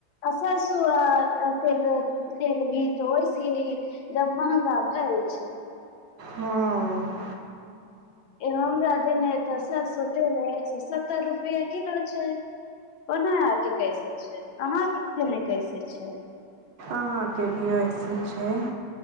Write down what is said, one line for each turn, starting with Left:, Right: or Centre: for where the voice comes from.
Left: असर श आल भी त होइ स जम्म महंगा भैय छै
Right: हँ
Left: ए हम राजधे नेसर सोत ल एक सए सत्तर रुपआ किलो छै ओना आरके कैसे छै अहाके खने कैसे छै
Right: अहाँके वी ए सी छै